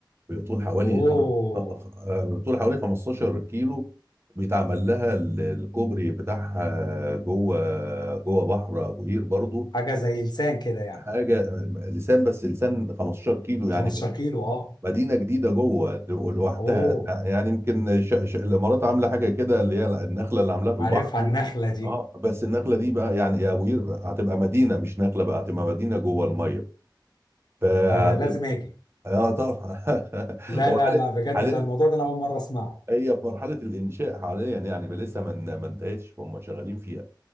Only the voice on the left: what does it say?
اوه
حاجة زي لسان كده يعني
15 كيلو اه
اوه
عارفها
النخلة دي
لا انا لازم اجي
لا
لا لا بجد
ده الموضوع ده انا اول مرة اسمعه